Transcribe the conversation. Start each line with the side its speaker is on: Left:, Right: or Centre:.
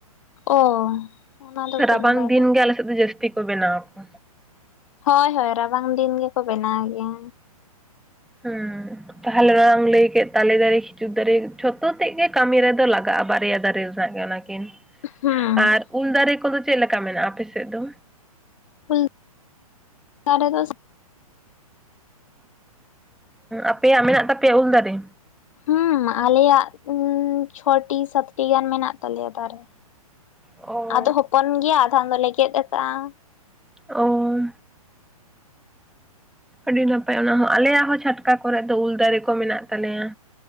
Left: ᱚ ᱚᱱᱟ ᱫᱚ ᱵᱟᱹᱧ
Centre: ᱨᱟᱵᱟᱝ
Left: ᱵᱟᱰᱟᱭ
Centre: ᱫᱤᱱ ᱜᱮ ᱟᱞᱮ ᱥᱮᱱ ᱫᱚ ᱡᱟᱹᱥᱛᱤ ᱠᱚ ᱵᱮᱱᱟᱣ ᱟᱠᱚ
Left: ᱦᱳᱭ ᱦᱳᱭ ᱨᱟᱵᱟᱝ ᱫᱤᱱ ᱜᱮᱠᱚ ᱵᱮᱱᱟᱣ ᱜᱮᱭᱟ᱾
Centre: ᱦᱩᱸ ᱛᱟᱦᱚᱞᱮ ᱚᱱᱟ ᱮᱢ ᱞᱟᱹᱭ ᱠᱮᱫ ᱛᱟᱞᱮ ᱫᱟᱨᱮ ᱠᱷᱤᱡᱩᱨ ᱫᱟᱨᱮ ᱡᱷᱚᱛᱚ ᱛᱮᱫ ᱜᱮ ᱠᱟᱹᱢᱤ ᱨᱮᱫᱚ ᱞᱟᱜᱟᱜᱼᱟ ᱵᱟᱨᱭᱟ ᱫᱟᱨᱮ ᱨᱮ ᱢᱮᱱᱟᱜ ᱜᱮᱭᱟ ᱚᱱᱟ ᱠᱤᱱ
Left: ᱦᱩᱸ
Centre: ᱟᱨ ᱩᱞ ᱫᱟᱨᱮ ᱠᱚᱫᱚ ᱪᱮᱫ ᱞᱮᱠᱟ ᱢᱮᱱᱟᱜᱼᱟ ᱟᱯᱮ ᱥᱮᱫ ᱫᱚ
Left: ᱩᱞ ᱫᱟᱨᱮ ᱫᱚ
Centre: ᱟᱯᱮᱭᱟᱜ ᱢᱮᱱᱟᱜ ᱛᱟᱯᱮᱭᱟ ᱩᱞ ᱫᱟᱨᱮ᱾
Left: ᱦᱩᱸ ᱟᱞᱮᱭᱟᱜ ᱪᱷᱚᱴᱤ ᱥᱟᱛᱴᱤ ᱜᱟᱱ ᱢᱮᱱᱟᱜ ᱛᱟᱞᱮᱭᱟ ᱫᱟᱨᱮ
Centre: ᱚ
Left: ᱟᱫᱚ ᱦᱚᱯᱚᱱ ᱜᱮᱭᱟ ᱟᱫᱷᱟᱢ ᱫᱚᱞᱮ ᱜᱮᱫ ᱟᱠᱟᱜᱼᱟ᱾
Centre: ᱚ ᱟᱹᱰᱤ ᱱᱟᱯᱟᱭ ᱚᱱᱟ ᱦᱚᱸ ᱟᱞᱮᱭᱟᱜ ᱦᱚᱸ ᱪᱷᱟᱴᱠᱟ ᱠᱚᱨᱮ ᱫᱚ ᱩᱞ ᱫᱟᱨᱮ ᱠᱚ ᱢᱮᱱᱟᱜ ᱛᱟᱞᱮᱭᱟ᱾